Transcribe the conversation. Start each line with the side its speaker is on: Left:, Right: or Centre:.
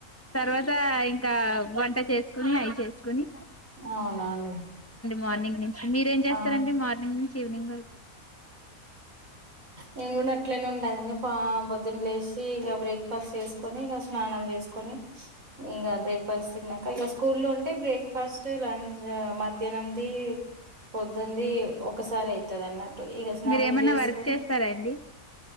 Left: తర్వాత ఇంకా వంట చేసుకొని అయి చేసుకొని
Right: అవునా అండి
Left: మార్నింగ్ నుంచి మీరేం చేస్తారండి
Right: ఆ
Left: మార్నింగ్ నుంచి ఈవినింగ్ వరకు
Right: నేను కూడా అట్లనే ఉం టదండి పా పొద్దున లేసి ఇగ బ్రేక్ఫాస్ట్ చేసుకొని ఇగ స్నానాలు చేస్కోని ఇ గా బ్రేక్ఫాస్ట్ తిన్నాక ఇక స్కూల్ లో ఉంటే బ్రేక్ఫాస్ట్ లంచ్ మధ్యాహ్నంది పొద్దుంది ఒకసారే అయితది అన్నట్టు ఇక స్నానం
Left: మీరేమన్నా
Right: చేసుకొని
Left: వర్క్ చేస్తారా అండి